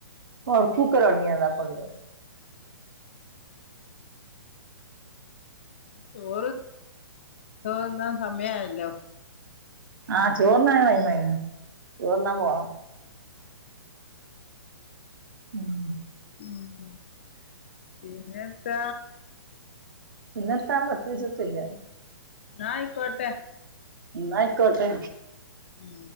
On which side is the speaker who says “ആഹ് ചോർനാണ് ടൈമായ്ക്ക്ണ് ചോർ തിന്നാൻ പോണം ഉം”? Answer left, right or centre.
Right